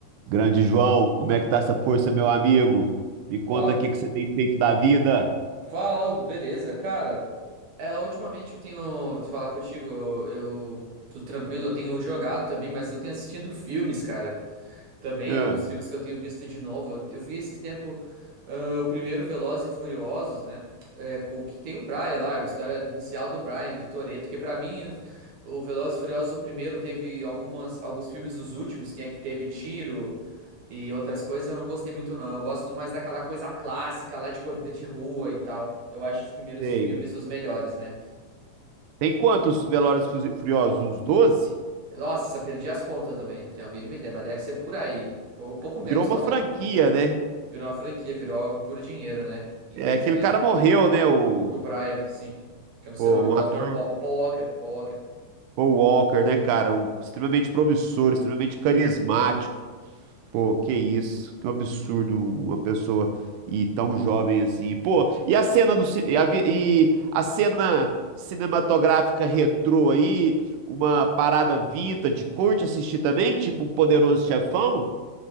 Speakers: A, on the right; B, on the right.
A: Grande João, como é que tá essa força, meu amigo? Me conta
B: Fa-
A: o que que você tem feito da vida.
B: Fala, Hugo, beleza? Cara, é, ultimamente eu tenho te falar contigo, eu eu tô tranquilo, eu tenho jogado também, mas eu tenho assistido filmes, cara. Também,
A: Ah,
B: alguns filmes que eu tenho visto de novo. Eu, eu vi esses tempo ah, o primeiro Velozes e Furiosos, né? É, com, que tem o Brian lá, a história inicial do Brian, do Toretto, que pra mim o, o Velozes e Furiosos, o primeiro, teve algumas, alguns filmes, os últimos, quem é que teve tiro. E outras coisas eu não gostei muito, não. Eu gosto mais daquela coisa clássica lá de corrida de rua e tal. Eu acho os primeiros
A: sei.
B: filmes os melhores, né?
A: Tem quantos Velozes e Fu- Furiosos? Uns doze?
B: Nossa, perdi as contas também, não tenho a mínima ideia, mas deve ser por aí. Um pouco menos,
A: Virou uma
B: talvez.
A: franquia, né?
B: Virou uma franquia, virou algo por dinheiro, né? Infelizmente.
A: É, aquele cara morreu, né? O,
B: O Brian, sim. Que eu não sei
A: pô,
B: o nome do
A: um ator,
B: autor, o Paul, o Paul Walker. Paul Walker.
A: Paul Walker, né, cara? Um extremamente promissor, extremamente carismático. Pô, que isso, que um absurdo uma pessoa e tão jovem assim. Pô, e a cena do ci- e a, vi- e a cena cinematográfica retrô aí, uma parada vintage, curte assistir também, tipo um Poderoso Chefão?